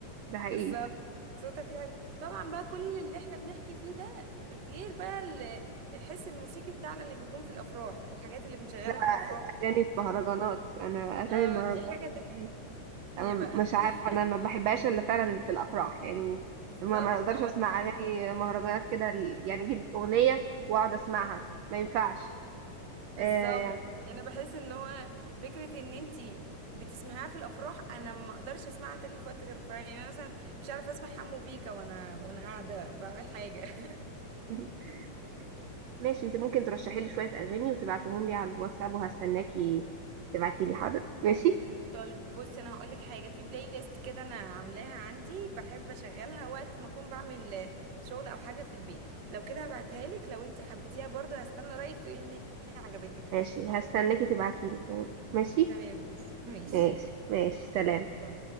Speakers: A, on the right (about 75°); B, on the right (about 50°).
A: ده حقيقي
B: بالظبط صوتها فيه حاجة طبعا بقى كل اللي احنا بنحكي فيه ده غير بقى ال- الحس الموسيقي بتاعنا اللي بيكون في الافراح الحاجات اللي بنشغلها
A: ده
B: في الافراح
A: أغاني المهرجانات أنا أغاني
B: اه
A: المهرجانات
B: دي حاجة
A: دي
B: تانية
A: أنا
B: بقى
A: مش عارفة أنا
B: <laughs>
A: ما بحبهاش إلا فعلا في الأفراح يعني
B: بالظبط
A: ما ما أقدرش أسمع أغاني مهرجانات كده ال- يعني أجيب أغنية وأقعد أسمعها ما ينفعش
B: بالظبط
A: آه، يعني
B: يعني انا بحس ان هو فكره ان انتي بتسمعيها في الافراح انا ما اقدرش اسمعها تاني في وقت غير الفرح يعني أنا مثلا مش عارفه اسمع حمو بيكا وانا وانا قاعده بعمل حاجه <laughs>
A: <laughs> ماشي أنت ممكن ترشحي لي شوية أغاني وتبعتيهم لي على الواتساب وهستناكي تبعتي لي حاضر ماشي
B: طيب بصي انا هقولك حاجه في بلاي ليست كده انا عاملاها عندي بحب اشغلها وقت ما اكون بعمل شغل او حاجه في البيت لو كده هبعتها لك لو انت حبيتيها برضه هستنى رايك تقولي ان هي عجبتك
A: ماشي هستناكي تبعتيلي تمام ماشي
B: تمام ماشي ماشي
A: ماشي ماشي سلام
B: يلا.